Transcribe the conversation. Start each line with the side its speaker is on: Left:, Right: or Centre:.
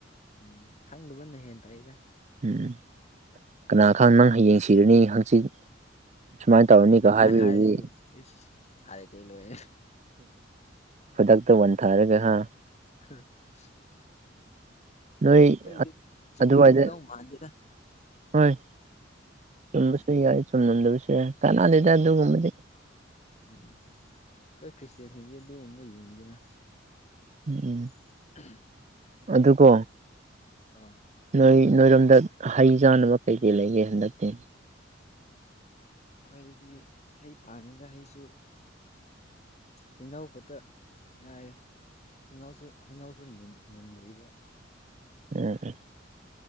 Left: ꯎꯝ ꯈꯪꯗꯕꯅ ꯍꯦꯟ ꯐꯩꯗ
Right: ꯎꯝ ꯀꯅꯥ ꯈꯪ ꯅꯪ ꯍꯌꯦꯡ ꯁꯤꯔꯅꯤ ꯍꯪꯆꯤꯠ ꯁꯨꯃꯥꯏꯅ ꯇꯧꯔꯅꯤꯒ
Left: ꯑꯗꯨꯃꯥꯏꯅ
Right: ꯍꯥꯏꯕꯒꯤꯗꯤ
Left: ꯍꯥꯏꯔꯗꯤ ꯏꯁ ꯍꯥꯏꯔꯦꯗꯤ ꯂꯣꯏꯔ
Right: ꯈꯨꯗꯛꯇ ꯋꯥꯟ ꯊꯥꯔꯒ ꯍꯥ
Left: <inaudible>
Right: ꯅꯣꯏ
Left: ꯃꯣꯏꯗꯤ ꯆꯨꯝꯃꯝꯒꯗꯧ
Right: ꯑꯗꯨꯋꯥꯏꯗ
Left: ꯃꯥꯟꯗꯦꯗ
Right: ꯍꯣꯏ ꯆꯨꯝꯕꯁꯨ
Left: ꯎꯝ
Right: ꯌꯥꯏ ꯆꯨꯝꯂꯝꯗꯕꯁꯨ ꯌꯥꯏ ꯀꯥꯅꯗꯦꯗ ꯑꯗꯨꯒꯨꯝꯕꯗꯤ
Left: ꯎꯝ ꯑꯈꯣꯏ ꯈ꯭ꯔꯤꯁꯇꯤꯌꯦꯟꯁꯤꯡꯗꯤ ꯑꯗꯨꯒꯨꯕ ꯌꯦꯡꯗꯦꯅ
Right: ꯎꯝ ꯎꯝ
Left: <inaudible>
Right: ꯑꯗꯨꯀꯣ
Left: ꯑꯥ
Right: ꯅꯣꯏ ꯅꯣꯏꯔꯣꯝꯗ ꯍꯩ ꯆꯥꯅꯕ ꯀꯩ ꯀꯩ ꯂꯩꯒꯦ ꯍꯟꯗꯛꯇꯤ
Left: ꯈ꯭ꯋꯥꯏꯒꯤꯗꯤ ꯍꯩ ꯄꯥꯜꯂꯤꯗ ꯍꯩꯁꯨ ꯍꯩꯅꯧ ꯈꯛꯇ ꯉꯥꯏꯔꯦ ꯍꯩꯅꯧꯁꯨ ꯍꯩꯅꯧꯁꯨ ꯃꯨꯟꯗ꯭ꯔꯤꯕ
Right: ꯎꯝ ꯎꯝ